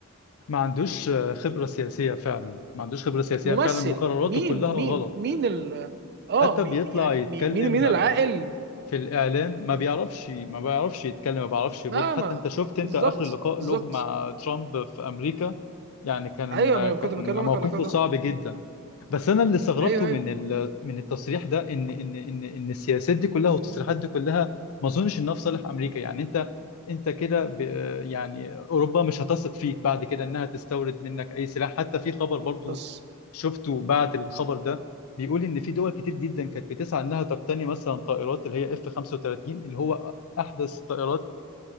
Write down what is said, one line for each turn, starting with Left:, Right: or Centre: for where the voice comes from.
Left: ما عندوش آه، خبرة سياسية فعلا ما عندوش خبرة سياسية
Right: ممثل
Left: فعلا وقراراته
Right: مين
Left: كلها غلط
Right: مين مين ال اه
Left: حتى
Right: مي-
Left: بيطلع
Right: يعني
Left: يتكلم
Right: مي- مين مين العاقل
Left: في الاعلام ما بيعرفش ما بيعرفش يتكلم ما بيعرفش يرد
Right: ما
Left: حتى
Right: ما
Left: انت شفت انت
Right: بالظبط
Left: اخر لقاء
Right: بالظبط
Left: له مع ترامب في امريكا يعني كان
Right: ايوه ما
Left: كان
Right: انا كنت بكلمك
Left: موقفه
Right: على كده
Left: صعب جدا بس انا اللي استغربته
Right: ايوه ايوه
Left: من ال... من التصريح ده ان ان ان ان السياسات دي كلها والتصريحات دي كلها ما اظنش انها في صالح امريكا يعني انت انت كده ب... يعني اوروبا مش هتثق فيك بعد كده انها تستورد منك اي سلاح حتى في خبر برضو
Right: بس
Left: شفته بعد الخبر ده بيقول ان في دول كتير جدا كانت بتسعى انها تقتني مثلا طائرات اللي هي اف 35 اللي هو احدث طائرات